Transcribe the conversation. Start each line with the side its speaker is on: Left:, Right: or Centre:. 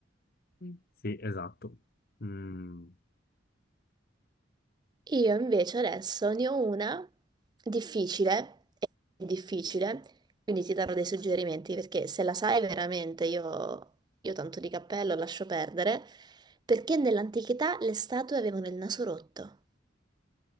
Left: Mm. Sì, esatto. Mm,
Right: Io invece adesso ne ho una difficile, è difficile, quindi ti darò dei suggerimenti perché se la sai veramente io, io tanto di cappello lascio perdere, perché nell'antichità le statue avevano il naso rotto.